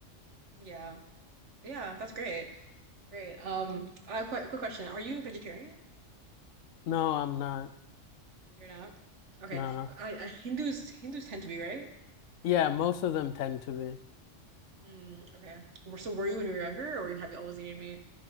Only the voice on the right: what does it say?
Yeah. Yeah, that's great. Great. Um, uh, quick, quick question. Are you vegetarian?
You're not? Okay.
I, I Hindus Hindus tend to be, right?
Mm, okay. Were- So were you when you were younger, or have you always eaten meat?